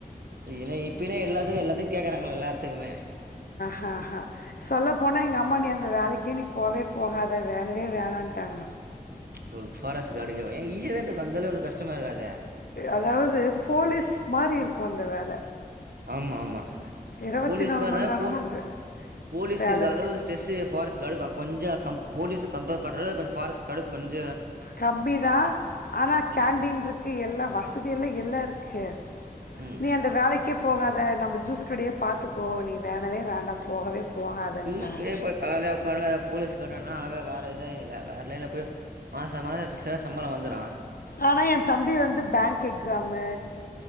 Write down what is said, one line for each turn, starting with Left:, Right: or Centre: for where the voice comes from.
Right: என இப்பனே எல்லாத்துக்கு எல்லாத்துக்கு கேக்குறாங்களே எல்லாத்துக்குமே
Left: ஆ ஹா சொல்ல போனா எங்க அம்மா நீ அந்த வேலைக்கே நீ போகவே போகாத வேணவே வேணான்ட்டாங்க
Right: ஓ ஃபாரஸ்ட் கார்டுக்கேவா ஈசிய தான இருக்கு அந்தலவுக்கு ஒன்னு கஷ்டமா இருகாது
Left: அதாவது போலீஸ் மாரி இருக்கு அந்த வேல
Right: ஆமா ஆமா
Left: இருவத்தி
Right: போலீஸ்
Left: நாலு
Right: பார்
Left: மண் நேரமு
Right: போ
Left: வே
Right: போலீஸ்
Left: வேல
Right: இருக்கற அளவு ஸ்ரெஸ் ஃபாரஸ்ட் கார்டுகா கொஞ்ச கம் போலீச கம்பர் பண்ணறத கொஞ்சம்ஃபாரஸ்ட் கார்டு கொஞ்ச
Left: கம்மிதா ஆனா கேன்டீன் இருக்கு எல்லா வசதி எல்லா எல்லா இருக்கு
Right: ம்
Left: நீ அந்த வேலைக்கே போகாத நம்ம ஜூஸ் கடையே பாத்துக்கோ நீ வேணவே வேண்டா போகவே போகாதன்ட்டான்
Right: கூஸ்ட்டு போயி கடைல உக்கார்ரே போலீஸ்காரண்னா அழகா வேரவே இல்ல வேறலைன்ல மாச மாசோ பிக்ஸா சம்பளோ வந்துரு
Left: ஆனா எ தம்பி வந்து பேங்க் எக்ஸாமு